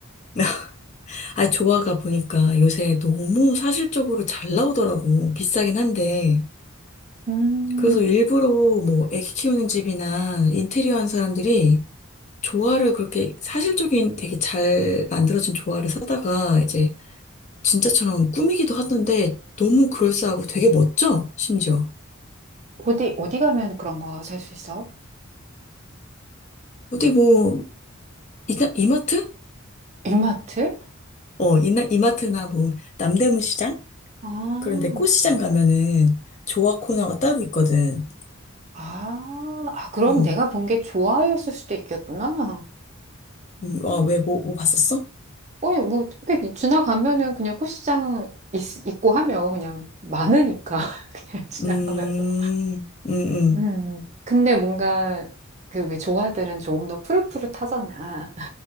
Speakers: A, on the left (about 35°); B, on the right (about 35°).
A: <laughs> 아, 조화가 보니까 요새 너무 사실적으로 잘 나오더라고. 비싸긴 한데.
B: 음,
A: 그래서 일부러 뭐, 애기 키우는 집이나 인테리어 한 사람들이 조화를 그렇게 사실적인 되게 잘 만들어진 조화를 사다가 이제 진짜처럼 꾸미기도 하던데 너무 그럴싸하고 되게 멋져, 심지어.
B: 어디, 어디 가면 그런 거 살 수 있어?
A: 어디 뭐, 이, 이마트?
B: 이마트?
A: 어, 이나, 이마트나 뭐, 남대문 시장?
B: 아,
A: 그런데 꽃시장 가면은 조화 코너가 따로 있거든.
B: 아, 아, 그럼
A: 음,
B: 내가 본 게 좋아요였을 수도 있겠구나.
A: 음, 아,
B: 음.
A: 왜, 뭐, 뭐 봤었어?
B: 어, 뭐, 그게 지나가면은 그냥 꽃시장 있, 있고 하면 그냥 많으니까. <laughs> 그냥 지나가면서.
A: 음, 음, 음,
B: 음. 음. 근데 뭔가 그 왜 조화들은 조금 더 푸릇푸릇하잖아.